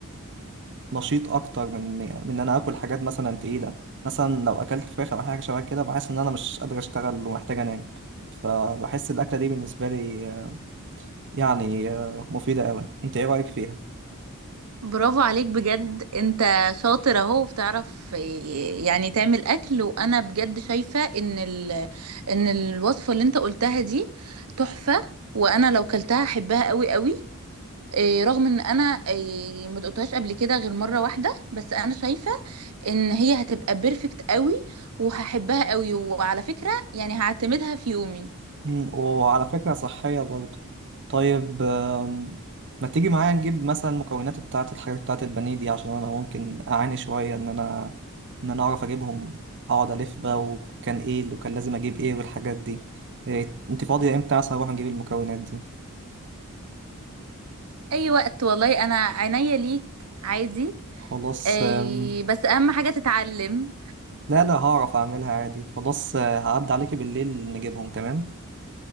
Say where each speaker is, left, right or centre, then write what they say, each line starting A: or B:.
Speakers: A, on the right; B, on the right.
A: نشيط اكتر من يعني من ان انا اكل حاجات مثلا تقيله مثلا لو اكلت فراخ او حاجه شبه كده بحس ان انا مش قادر اشتغل ومحتاج انام فبحس الاكله دي بالنسبه لي آه، يعني آه، مفيده قوي انت ايه رايك فيها
B: برافو عليك بجد انت شاطر اهو وبتعرف آه، يعني تعمل اكل وانا بجد شايفة ان ال ان الوصفة اللي انت قلتها دي تحفة وانا لو كلتها احبها قوي قوي إيه، رغم ان انا إيه، ما دقتهاش قبل كده غير مره واحده بس انا شايفه ان هي هتبقى بيرفكت قوي وهحبها قوي وعلى فكره يعني هعتمدها في يومي
A: مم، وعلى فكره صحيه برضه طيب آم، ما تيجي معايا نجيب مثلا المكونات بتاعه الحاجات بتاعه البانيه دي عشان انا ممكن اعاني شويه ان انا ان انا اعرف اجيبهم اقعد الف بقى وكان ايه اللي كان لازم اجيب ايه والحاجات دي إيه، انت فاضيه امتى مثلا اروح نجيب المكونات دي
B: اي وقت والله انا عينيا ليك عادي
A: خلاص
B: إيه،
A: آم،
B: بس اهم حاجه تتعلم
A: لا لا هعرف اعملها عادي خلاص آه، هعدي عليكي بالليل نجيبهم تمام